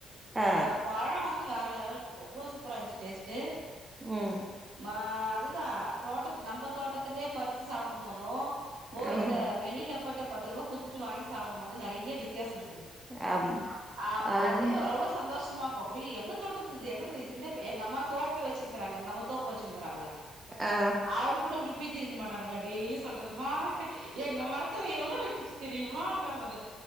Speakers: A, on the right (about 20°); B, on the right (about 80°).
A: ஆ
B: அஹ் பழம் வந் து வேற லெவல் எவ்வளோ சூப்பரா இருந்துச்சு டேஸ்ட்டு
A: ம்
B: மா அதுதா தோட்டத்து நம்ம தோட்டத்திலே பறிச்சு சாப்பிடும் போது போயிட்டு
A: ம்
B: வெளியில போயிட்டு பத்து ரூபா குடுத்துட்டு வாங்கி சாப்பிடும் போது நெறைய வித்தியாசோ இருக்கு
A: ஆம்
B: அ
A: அது
B: அதையு எவ்வளோ சந்தோஷமா அப்டி எங்க தோட்டத்து இது எங்க இதுக்கிட்ட எங்க அம்மா தோப்பை வச்சு க்றாங்க எங்க அம்மா தோப்பு வச்சுருக்கிறாங்க
A: ஆ
B: அவங்க கூட இப்படி பீத்தி இருக்க மாட்டாங்க டெய்லி சொல்றதமா எங்க மரத்துல எவ்ளவு விட்டுச்சு தெரியுமான்ற போது